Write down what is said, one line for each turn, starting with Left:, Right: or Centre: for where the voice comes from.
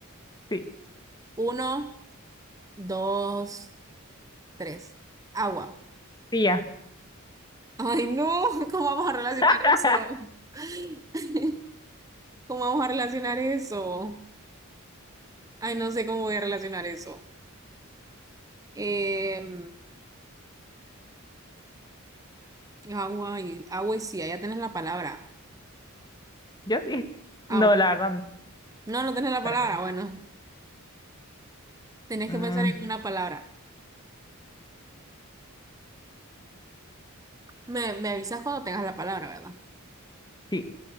Left: Sí,
Right: Uno, dos, tres. Agua.
Left: tía.
Right: Ay, no, <laughs> ¿cómo vamos a relacionar
Left: <laughs>
Right: eso? <laughs> ¿Cómo vamos a relacionar eso? Ay, no sé cómo voy a relacionar eso. Em, Agua y agua y sí, ya tenés la palabra.
Left: Yo sí.
Right: Agua.
Left: No, la verdad, no.
Right: No, no tenés la
Left: Espérate.
Right: palabra. Bueno, tenés
Left: Mm,
Right: que pensar en una palabra. Me, me avisas cuando tengas la palabra, ¿verdad?
Left: sí.